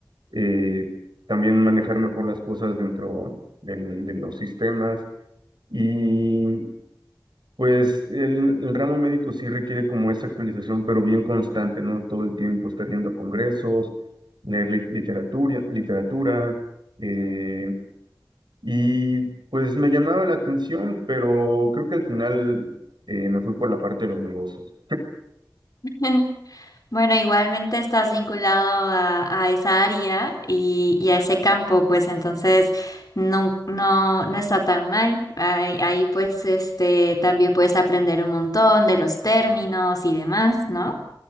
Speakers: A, on the right; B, on the left.
A: eh, también manejar mejor las cosas dentro del- de los sistemas. Y Pues el, el ramo médico sí requiere como esa actualización, pero bien constante, ¿no? Todo el tiempo estar yendo a congresos, leer li- literatura, literatura, eh, y pues me llamaba la atención, pero creo que al final eh, me fui por la parte de los negocios.
B: <laughs> Bueno, igualmente estás vinculado a, a esa área y, y a ese campo, pues entonces no, no, no está tan mal. Ahí, ahí, pues este también puedes aprender un montón de los términos y demás, ¿no?